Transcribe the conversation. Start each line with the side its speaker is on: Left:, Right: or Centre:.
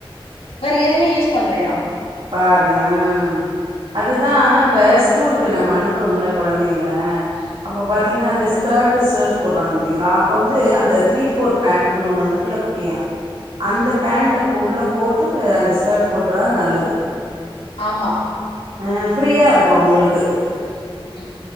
Left: வேற எதுமே யூஸ் பண்ணலயா
Right: பாருங்க ஆ அதுதான் இப்ப ஸ்கூலுக்கு நம்ம அனுப்புறோம்ல கொழந்தைங்கள
Left: ம்
Right: அப்ப பாத்தீங்கன்னா இந்த ஸ்கர்ட் ஷர்ட் போடுறாங்க பாத்தீங்களா அப்ப வந்து அந்த த்ரீ ஃபோர் பேண்ட்ன்னு ஒண்ணு வந்துருக்குல்ல குட்டியா அந்த
Left: ம்
Right: பேண்ட் உள்ள போட்டு அந்த ஸ்கெர்ட் போட்டா நல்லது
Left: ஆமா
Right: ஆ ஃப்ரீயா இருக்கு அவுங்களுக்
Left: உம் உம்